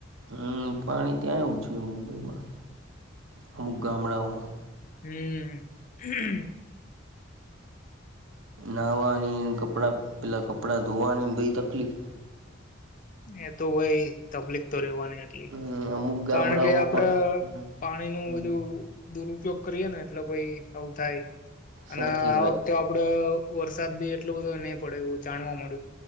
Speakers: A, on the right; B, on the left.
A: હમ, પાણી ત્યાંય
B: હમ
A: ઓછું હે મુંબઈમાં અમુક ગામડાઓમાં.
B: હમ <unintelligible>
A: નાહવાની, કપડાં પેલાં કપડાં ધોવાની બેય તકલીફ.
B: એતો ભઈ તકલીફ તો રેવાની એટલી.
A: હમ અમુક ગામડાઓમાં
B: કારણ કે, આપડે
A: પણ
B: પાણીનું
A: હમ
B: બધું. દુરપયોગ કરીએને એટલે પઈ આવું થાય
A: સાચી
B: અને
A: વાત
B: આ વખતે
A: છે.
B: આપડે વરસાદ બી એટલો બધો નય પડે એવુ જાણવા મળે.